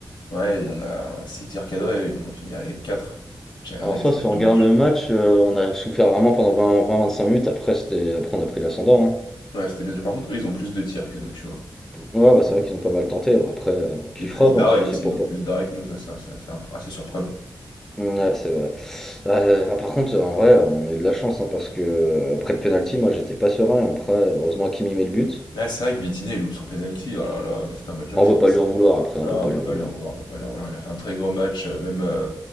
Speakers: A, on the left; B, in the centre.
A: Ouais, et on a 6 tirs cadrés, eux, ils en ont fini avec 4. J'ai regardé
B: Alors,
A: les
B: soit,
A: stats
B: si
A: du
B: on regarde
A: match.
B: le match, euh, on a souffert vraiment pendant vingt vingt vingt-cinq minutes. Après, c'était, après, on a pris l'ascendant. hein.
A: Ouais, c'était bien dit. Par contre, eux, ils ont plus de tirs que nous, tu vois.
B: Ouais, bah c'est vrai qu'ils ont pas mal tenté. Ouais, après, euh, qui
A: Et plus
B: frappe,
A: d'arrêts
B: hein, si
A: aussi,
B: c'est pour
A: ils
B: pas.
A: ont plus d'arrêts que nous, ça, ça, ça, c'est un- assez surprenant.
B: Ouais, c'est vrai. Euh, ah, par contre, en vrai, on a eu de la chance hein, parce que euh, après le penalty, moi, j'étais pas serein. Après, heureusement, Kimi met le but.
A: Là, c'est vrai que Vitinha, il loupe son penalty, oh là là, mais c'est un match.
B: On peut pas
A: c'est-
B: lui en vouloir. Après, on
A: Non,
B: peut pas
A: on peut
B: lui en
A: pas
B: vouloir.
A: lui en vouloir, on peut pas lui en vouloir. Il a fait un très gros match, euh, même euh,